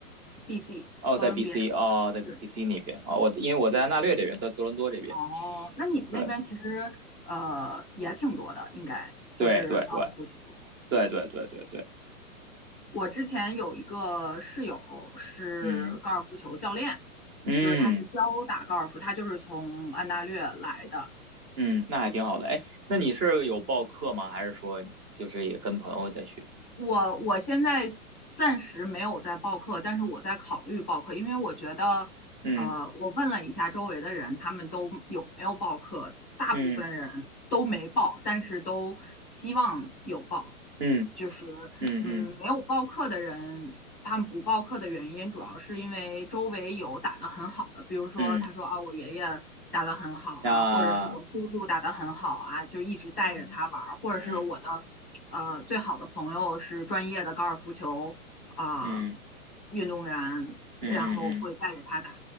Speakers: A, in the centre; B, on the right.
A: BC
B: 哦，
A: 哥伦比亚。
B: 在 BC，哦，在
A: 对
B: BC 那边啊、哦我因为我在安大略这边，
A: 对对。
B: 在多伦多这边。
A: 哦，那你们那边其实呃也挺多的，
B: 对
A: 应该就是高尔夫球。
B: 对对对对对对对对，
A: 我之前有一个室友是高尔夫球教练，
B: 嗯嗯
A: 就是他是教打高尔夫，他就是从安大略来的。
B: 嗯，那还挺好的。哎，那你是有报课吗？还是说就是也跟朋友在学？
A: 我我现在暂时没有在报课，但是我在考虑报课，因为我觉得，
B: 嗯
A: 呃，我问了一下周围的人，他们都有没有报课，大部分人都没报，
B: 嗯
A: 但是都希望有报。
B: 嗯
A: 就是，
B: 嗯嗯
A: 嗯，没有报课的人，他们不报课的原因，主要是因为周围有打得很好的，比如说他说啊，
B: 嗯，
A: 我爷爷打得很好啊，
B: 那
A: 或者是我叔叔打得很好啊，就一直带着他玩儿，
B: 嗯
A: 或者是我的呃最好的朋友是专业的高尔夫球啊
B: 嗯嗯
A: 运动员，
B: 嗯嗯
A: 然后会带着他打。